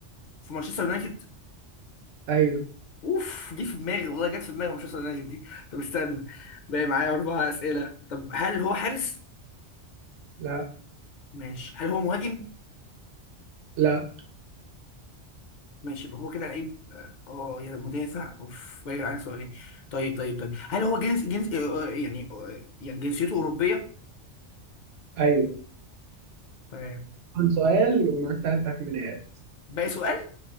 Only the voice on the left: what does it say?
في مانشستر يونايتد؟
اوف دي في دماغي والله جت في دماغي مانشستر يونايتد دي طب استنى باقي معايا أربع أسئلة طب هل هو حارس؟
ماشي هل هو مهاجم؟
ماشي يبقى هو كده لعيب اه آه، يا مدافع اوف باقي معايا سؤالين طيب طيب طيب هل هو جنس جنس آه، آه، يعني آه، يعني جنسيته أوروبية؟
تمام
باقي سؤال